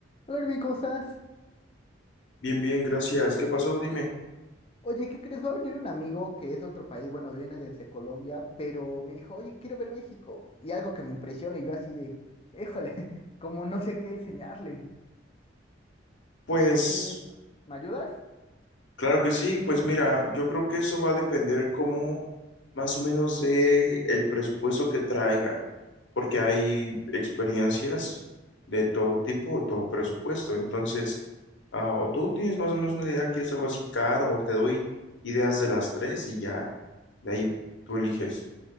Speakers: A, on the left; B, on the left.
A: Hola, Irving, ¿cómo estás?
B: Bien, bien, gracias. ¿Qué pasó? Dime.
A: Oye, ¿qué crees? Va a venir un amigo que es de otro país, bueno, viene desde Colombia, pero me dijo, oye, quiero ver México. Y algo que me impresiona, y yo así de, híjole, <laughs> como no sé qué enseñarle.
B: Pues,
A: No sé, ¿me ayudas?
B: claro que sí. Pues mira, yo creo que eso va a depender como más o menos de el presupuesto que traiga, porque hay experiencias de todo tipo, todo presupuesto. Entonces, ah, o tú tienes más o menos una idea, quieres algo así caro, o te doy ideas de las tres y ya, de ahí tú eliges.